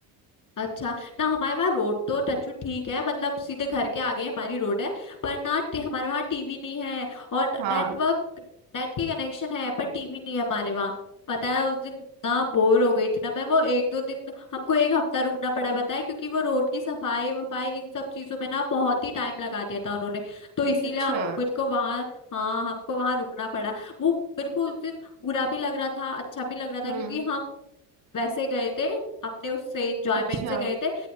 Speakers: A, on the left; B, on the right.
A: अच्छा ना हमारे वहाँ रोड तो टच वुड ठीक है मतलब सीधे घर के आगे हमारी रोड है पर ना टी- हमारे वहाँ टीवी नहीं है और
B: हाँ
A: नेटवर्क नेट के कनेक्शन है पर टीवी नहीं है हमारे वहाँ पता है उस दिन ना बोर हो गई थी ना मैं वो एक दो दिन हमको एक हफ्ता रुकना पड़ा पता है क्योंकि वो रोड की सफाई वफाई इन सब चीजों में ना बहुत ही टाइम लगा दिया था उन्होंने तो इसीलिए
B: अच्छा
A: हम मुझको वहाँ हाँ हमको वहाँ रुकना पड़ा वो मेरे को उस दिन बुरा भी लग रहा था अच्छा भी लग रहा
B: हम्म
A: था क्योंकि हम वैसे गए थे अपने उससे एंजॉयमेंट
B: अच्छा
A: से गए थे